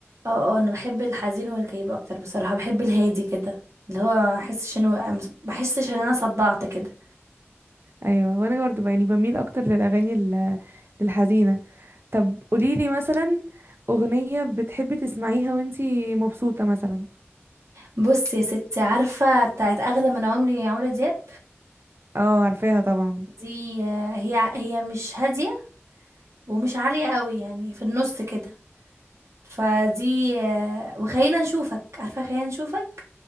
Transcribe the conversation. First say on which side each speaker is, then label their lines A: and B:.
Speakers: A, on the right; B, on the right.
A: اه اه انا بحب الحزين والكئيب اكتر بصراحة بحب الهادي كده اللي هو احسش انه بحسش ان انا صدعت كده
B: ايوه وانا برضو ب- يعني بميل اكتر للاغاني ال- للحزينه طب قوليلي مثلا اغنيه بتحبي تسمعيها وانت مبسوطه مثلا
A: بص يا ستي عارفة بتاعت اغلى من عمري عمرو دياب
B: اه عارفاها طبعا
A: دي آه، هي هي مش هادية ومش عالية قوي يعني في النص كده فدي آه، وخلينا نشوفك عارفة خلينا نشوفك